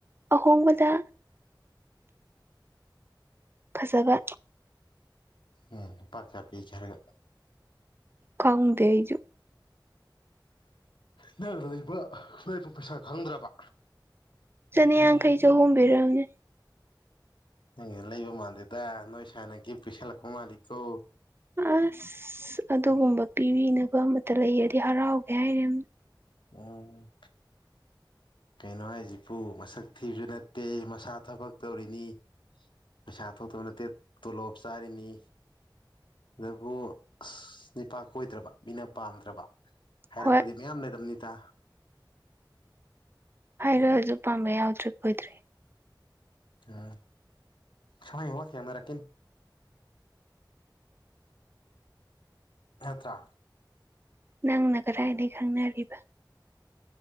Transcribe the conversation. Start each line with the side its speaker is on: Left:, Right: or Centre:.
Right: ꯑꯍꯣꯡꯕꯗ ꯐꯖꯕ
Left: ꯎꯝ ꯄ ꯆꯥ ꯄ ꯀꯔꯒ
Right: ꯀꯥꯎꯗꯩꯖꯨ
Left: ꯅꯪꯗ ꯂꯩ ꯂꯣꯏꯄ ꯄꯩꯁꯥ ꯈꯪꯗ꯭ꯔꯕ
Right: ꯆꯅꯤꯌꯥꯡꯈꯩ ꯆꯍꯣꯡꯕꯤꯔꯛꯎꯅꯦ
Left: ꯅꯪ ꯂꯩꯕ ꯃꯥꯜꯜꯂꯤꯦꯗ ꯅꯣꯏ ꯁꯥꯥꯟꯅꯒꯤ ꯄꯤꯁꯜꯂꯛꯄ ꯃꯥꯜꯂꯤꯀꯣ
Right: ꯑꯁ ꯑꯗꯨꯒꯨꯝꯕ ꯄꯤꯕꯤꯅꯕ ꯑꯃꯇ ꯂꯩꯌꯦꯗꯤ ꯍꯔꯥꯎꯒꯦ ꯍꯥꯏꯔ
Left: ꯎ ꯀꯩꯅꯣ ꯍꯥꯏꯁꯤꯕꯨ ꯃꯁꯛ ꯊꯤꯕꯁꯨ ꯅꯠꯇꯦ ꯃꯁꯥ ꯊꯕꯛ ꯇꯧꯔꯤꯅꯤ ꯄꯩꯁꯥ ꯊꯣꯛꯇꯕ ꯅꯠꯇꯦ ꯇꯣꯂꯣꯞ ꯆꯥꯔꯤꯅꯤ ꯑꯗꯨꯕꯨ ꯅꯤꯄꯥ ꯀꯣꯏꯗ꯭ꯔꯕ ꯃꯤꯅ ꯄꯥꯝꯗ꯭ꯔꯕ ꯍꯥꯏꯔꯛꯄꯗꯤ
Right: ꯍꯣꯏ
Left: ꯃꯌꯥꯝ ꯂꯩꯗꯝꯅꯤꯇꯥ
Right: ꯍꯥꯏꯔꯣ ꯍꯧꯖꯤꯛ ꯄꯥꯝꯕꯩ ꯌꯥꯎꯗ꯭ꯔꯦ ꯀꯨꯣꯏꯗ꯭ꯔꯦ
Left: ꯎꯝ ꯁ ꯍ ꯀꯦꯃꯦꯔꯥ ꯀ ꯅꯠꯇ꯭ꯔꯥ
Right: ꯅꯪꯅ ꯀꯔ ꯍꯥꯏꯗꯤ ꯈꯪꯅꯔꯔꯤꯕꯕ